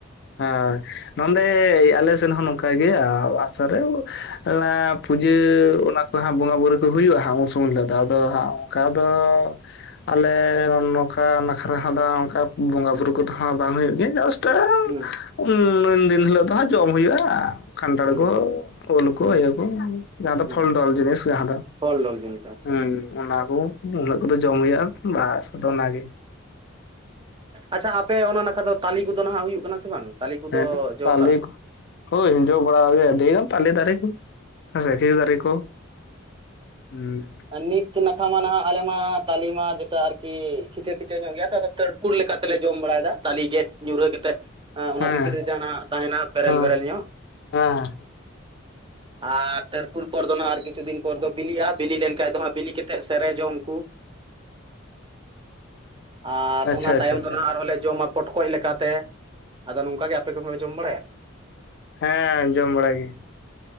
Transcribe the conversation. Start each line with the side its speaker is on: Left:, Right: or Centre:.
Left: ᱦᱮᱸ ᱱᱚᱱᱰᱮ ᱟᱞᱮ ᱥᱮᱱ ᱦᱚᱸ ᱱᱚᱝᱠᱟ ᱜᱮ ᱟ ᱟᱨ ᱟᱥᱟᱲᱨᱮ ᱞᱮᱸ ᱯᱩᱡᱟᱹ ᱚᱱᱟ ᱠᱚ ᱦᱟᱸᱜ ᱵᱚᱸᱜᱟ ᱵᱩᱨᱩ ᱠᱩ ᱦᱩᱭᱩᱜ-ᱟ ᱦᱟᱸᱜ ᱩᱱ ᱥᱩᱢᱩᱭ ᱦᱞᱳᱜ ᱫᱚ ᱟᱫᱚ ᱫᱚ ᱦᱟᱸᱜ ᱚᱱᱠᱟ ᱫᱚ ᱟᱞᱮ ᱱᱚᱝᱠᱟ ᱱᱟᱠᱷᱨᱟ ᱟᱦᱟᱸᱫᱟ ᱚᱱᱠᱟ ᱵᱚᱸᱜᱟ ᱵᱩᱨᱩ ᱠᱚ ᱫᱚ ᱦᱟᱸ ᱵᱟᱝ ᱦᱩᱭᱩᱜ ᱜᱤᱭᱟ ᱡᱚᱥᱴᱟ
Right: ᱦᱩᱸ
Left: ᱩᱢ ᱩᱱ ᱫᱤᱱ ᱦᱤᱞᱳᱜ ᱫᱚ ᱦᱟᱸᱜ ᱡᱚᱢ ᱦᱩᱭᱩᱜ-ᱟ ᱠᱷᱟᱱᱴᱟᱲ
Right: ᱦᱩᱸ
Left: ᱠᱚ ᱩᱞ ᱠᱚ
Right: ᱦᱩᱸ
Left: ᱤᱭᱟᱹ ᱠᱩ ᱡᱟᱦᱟᱸ ᱫᱚ
Right: ᱦᱩᱸ
Left: ᱯᱷᱚᱞ ᱰᱚᱞ ᱡᱤᱱᱤᱥ ᱡᱟᱦᱟᱸ ᱫᱚ
Right: ᱯᱷᱚᱞ ᱰᱚᱞ ᱡᱤᱱᱤᱥ ᱟᱪᱪᱷᱟ
Left: ᱦᱩᱸ
Right: ᱟᱪᱪᱷᱟ
Left: ᱚᱱᱟ ᱠᱩ ᱩᱱᱟᱹᱜ ᱠᱚ ᱫᱚ ᱡᱚᱢ ᱦᱩᱭᱩᱜ-ᱟ ᱵᱟᱥ ᱟᱫᱚ ᱚᱱᱟ ᱜᱮ
Right: ᱟᱪᱪᱷᱟ ᱟᱯᱮ ᱚᱱᱟ ᱱᱟᱠᱷᱟ ᱫᱚ ᱛᱟᱞᱤ ᱠᱚ ᱫᱚ ᱱᱟᱦᱟᱸᱜ ᱦᱩᱭᱩᱜ ᱠᱟᱱᱟ ᱥᱮ? ᱵᱟᱝ ᱛᱟᱞᱤ ᱠᱚᱫᱚ
Left: ᱦᱮᱸ ᱛᱟᱞᱤ
Right: ᱡᱚ ᱵᱟᱲᱟᱜ ᱟᱥᱮ
Left: ᱠᱩ
Right: ᱵᱟᱝ
Left: ᱠᱚ ᱦᱚᱭ ᱡᱚ ᱵᱟᱲᱟ ᱜᱮ ᱟᱹᱰᱤ ᱜᱟᱱ ᱛᱟᱞᱤ ᱫᱟᱨᱮ ᱠᱩ ᱦᱮᱸ ᱥᱮ ᱠᱷᱤᱡᱩ ᱫᱟᱨᱤ ᱠᱚ ᱦᱮᱸ
Right: ᱚᱸ ᱱᱤᱛ ᱱᱟᱠᱷᱟ ᱢᱟ ᱱᱟᱦᱟᱜ ᱟᱞᱮ ᱢᱟ ᱛᱟᱞᱤ ᱢᱟ ᱡᱮᱴᱟ ᱟᱨ ᱠᱤ ᱠᱷᱤᱪᱟᱹ ᱠᱷᱤᱪᱟᱹ ᱧᱚᱜ ᱜᱤᱭᱟ ᱛᱟᱹᱲᱠᱩᱲ ᱞᱮᱠᱟ ᱛᱮ ᱞᱮ ᱡᱚᱢ ᱵᱟᱲᱟᱭ ᱫᱟ ᱛᱟᱞᱤ ᱜᱮᱫ ᱧᱩᱨᱟᱹ ᱟᱹ ᱠᱟᱛᱮ ᱚᱸᱻ ᱚᱱᱟ
Left: ᱦᱮᱸ
Right: ᱵᱷᱤᱛᱤᱨ ᱨᱮ ᱡᱟᱦᱟᱸ ᱱᱟᱜ ᱛᱟᱦᱮᱱᱟ ᱵᱮᱨᱮᱞ
Left: ᱦᱮᱸ
Right: ᱵᱮᱨᱮᱞ ᱧᱚᱜ
Left: ᱦᱮᱸ
Right: ᱟᱨ ᱛᱟᱹᱨᱯᱩᱲ ᱯᱚᱨ ᱫᱚ ᱱᱟᱦᱟᱸᱜ ᱟᱨ ᱠᱤᱪᱷᱩ ᱫᱤᱱ ᱯᱚᱨ ᱫᱚ ᱵᱤᱞᱤᱜ-ᱟ ᱵᱤᱞᱤ ᱞᱮᱱ ᱠᱷᱟᱡ ᱫᱚ ᱦᱟᱸᱜ ᱵᱤᱞᱤ ᱠᱮᱛᱮᱥ ᱥᱮᱨᱮ ᱡᱚᱢ ᱠᱩ ᱟᱨ
Left: ᱟᱪᱪᱷᱟ
Right: ᱚᱱᱟ
Left: ᱟᱪᱪᱷᱟ
Right: ᱛᱟᱭᱚᱢ
Left: ᱟᱪᱪᱷᱟ
Right: ᱫᱚ ᱱᱟᱦᱟᱸᱜ ᱟᱨ ᱦᱚᱸ ᱞᱮ ᱡᱚᱢᱟ ᱯᱚᱴᱠᱚᱡ ᱞᱮᱠᱟ ᱛᱮ ᱟᱫᱚ ᱱᱚᱝᱠᱟ ᱜᱮ ᱟᱯᱮ ᱠᱚ ᱦᱚᱸ ᱯᱮ ᱡᱚᱢ ᱵᱟᱲᱟᱭᱟ
Left: ᱦᱮᱸ ᱡᱚᱢ ᱵᱟᱲᱟᱭ ᱜᱮ